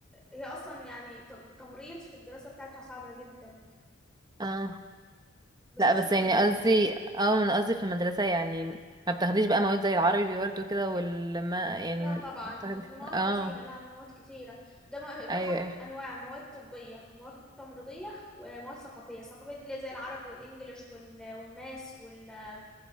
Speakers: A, in the centre; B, on the right (about 20°).
A: هي أصلا يعني ت- تمريض في الدراسة بتاعتها صعبة جدا
B: اه
A: بالذات
B: لا بس
A: في المدرسة
B: يعني قصدي اه انا قصدي في المدرسة يعني ما بتاخديش بقى مواد زي العربي برضه كده والما يعني
A: لا طبعا
B: بتاخدي
A: مواد
B: اه
A: كتيرة لا مواد كتيرة ده ما- باخد
B: ايوه ايوه
A: أنواع مواد طبية ومواد تمريضية ومواد ثقافية الثقافية دي اللي هي زي العربي والإنجليش وال- والماس وال